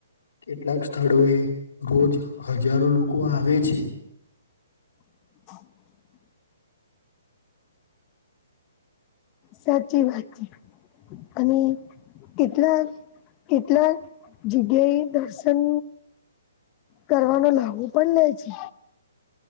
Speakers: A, on the left; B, on the left.
A: કેટલાક સ્થળો, એ રોજ હજારો લોકો આવે છે.
B: <inaudible> સાચી વાત છે, અને કેટલા કેટલા જગ્યાએ દર્શન કરવાનું લાવવું પણ લે છે.